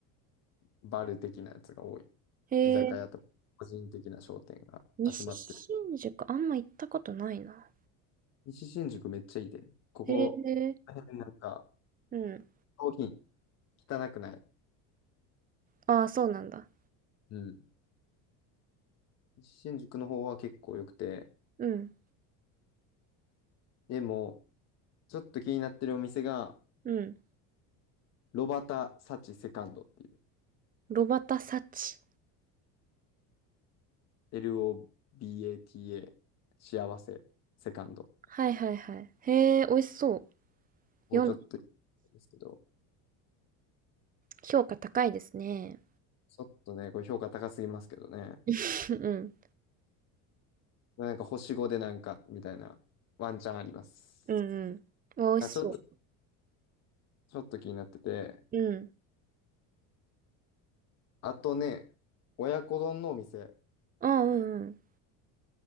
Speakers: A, on the left; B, on the right.
A: バル的なやつが多い。
B: へえ、
A: 居酒屋とか、個人的な商店が集まってる。
B: 西新宿あんま行ったことないな。
A: 西新宿めっちゃいいで。ここ、
B: へえ、
A: この辺なんか、
B: うん。
A: 商品、汚くない。
B: ああ、そうなんだ。
A: うん。西新宿の方は結構良くて、
B: うん、
A: でも、ちょっと気になってるお店が、
B: うん。
A: ロバタ・サチ・セカンドっていう、
B: ロバタサチ。
A: LOBATA、幸せ、セカンド。
B: はいはいはい。へえ、美味しそ
A: もうちょっと、
B: う。4、
A: ですけど、
B: 評価高いですね。
A: ちょっとね、これ評価高すぎますけどね。
B: <laughs> うん、
A: なんか星5でなんか、みたいな、ワンチャンあります。
B: うん、うん。美味しそう。
A: あ、ちょっと、ちょっと気になってて。
B: うん。
A: あとね、親子丼のお店。
B: あうんうん。